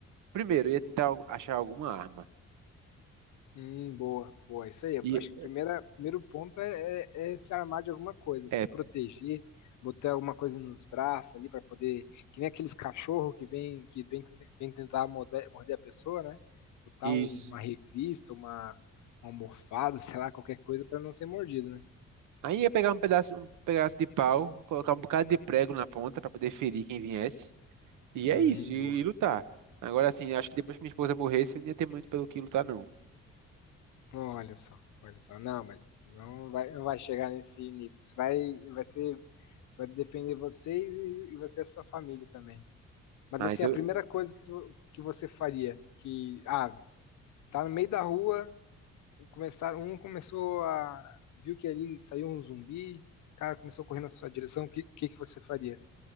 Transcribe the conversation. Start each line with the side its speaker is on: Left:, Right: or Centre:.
Right: primeiro, eu ia tentar achar alguma arma.
Left: Hum, boa, boa. Isso aí.
Right: E
Left: Acho que o primeira- primeiro ponto é, é- é se armar de alguma coisa, se
Right: é
Left: proteger, botar alguma coisa nos braços ali para poder. Que nem aqueles cachorros que vem, que vem, vem tentar morder, morder a pessoa, né? Botar
Right: isso.
Left: um- uma revista, uma, uma almofada, <laughs> sei lá, qualquer coisa para não ser mordido, né?
Right: Aí ia pegar um pedaço, um pedaço de pau, colocar um bocado de prego na ponta para poder ferir quem viesse. E
Left: Hum,
Right: é isso, e,
Left: boa.
Right: e lutar. Agora sim, acho que depois que minha esposa morresse, eu não ia ter muito pelo que lutar, não.
Left: Olha só, olha só. Não, mas não vai, não vai chegar nesse nível. Você vai, vai ser, vai defender vocês e, e você e a sua família também. Mas
Right: Mas
Left: assim,
Right: eu
Left: a primeira coisa que, so- que você faria, que, ah, tá no meio da rua, começar, um começou a, viu que ali saiu um zumbi, o cara começou correndo na sua direção, o que, que que você faria?